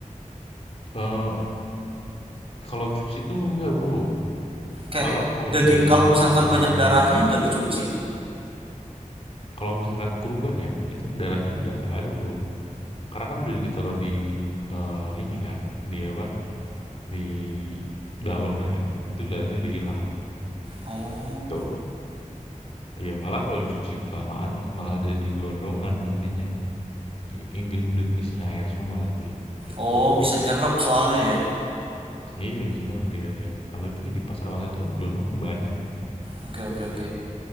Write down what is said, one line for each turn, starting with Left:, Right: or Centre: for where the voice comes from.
Left: Eee, kalau cuci tuh enggak, Bro.
Right: Kayak
Left: Malah kalau
Right: daging
Left: yang dicuci
Right: kalau
Left: mungkin
Right: misalkan
Left: bagian
Right: banyak darahnya nggak dicuci.
Left: kalau misalkan kurban ya, itu darahnya udah nggak ada, Bro. Karena kan udah ditaruh di, eee, ini kan, di apa, di daun kan, itu darahnya udah hilang,
Right: Oh.
Left: tuh, Iya, malah kalau dicuci kelamaan malah jadi gelondongan nantinya, jadinya gendut isinya air semua nanti, gitu.
Right: Oh, bisa nyerap soalnya ya.
Left: Iya, biasanya nyerap dia. Apalagi di pasar-pasar itu kan gelondongan banyak
Right: Oke, oke,
Left: namanya
Right: oke.